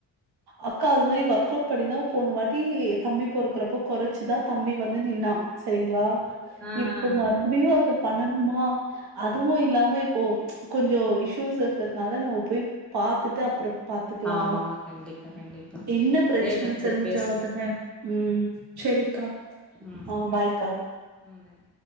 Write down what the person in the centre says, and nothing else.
ஆ
ஆ
ஆ
ஆமாமா கண்டிப்பா கண்டிப்பா
சேரிடா சேரி
பேசலா
ம்
ம் பாய்